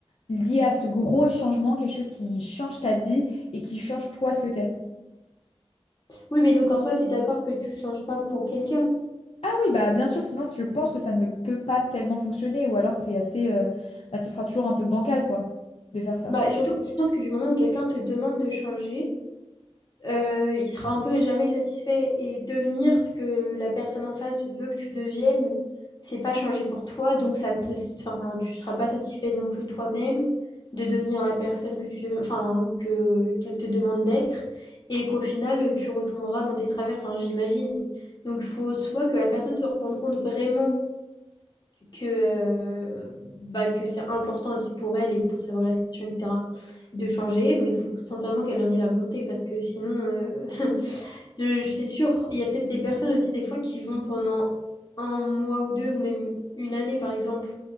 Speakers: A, on the left; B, on the left.
A: lié à ce gros changement, quelque chose qui change ta vie et qui change toi ce que t'es.
B: Oui, mais donc en soi, tu es d'accord que tu changes pas pour quelqu'un.
A: Ah oui, bah bien sûr. Sinon, je pense que ça ne peut pas tellement fonctionner, ou alors c'est assez, euh, bah, ce sera toujours un peu bancal quoi, de faire ça.
B: Bah, surtout, que je pense que du moment où quelqu'un te demande de changer, euh, il sera un peu jamais satisfait. Et devenir ce que la personne en face veut que tu deviennes, c'est pas changer pour toi. Donc, ça te, enfin, tu seras pas satisfait non plus toi-même de devenir la personne que tu, enfin, que, qu'elle te demande d'être. Et qu'au final, tu retomberas dans tes travers. Enfin, j'imagine. Donc, faut soit que la personne se rende compte vraiment que, euh, bah, que c'est important aussi pour elle et pour ses relations, etc., de changer, mais il faut que- sincèrement qu'elle en ait la volonté, parce que sinon, euh, <laughs> je- je- c'est sûr, il y a peut-être des personnes aussi, des fois, qui vont pendant un mois ou deux, ou même une année, par exemple,